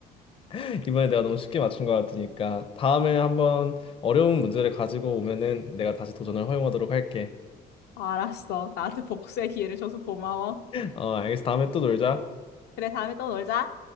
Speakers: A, on the left; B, on the left.
A: <laughs> 이번에 내가 너무 쉽게 맞춘 것 같으니까 다음에 한번 어려운 문제를 가지고 오면은 내가 다시 도전을 허용하도록 할게.
B: 알았어. 나한테 복수의 기회를 줘서 고마워.
A: 어, 알겠어. 다음에 또 놀자.
B: 그래, 다음에 또 놀자.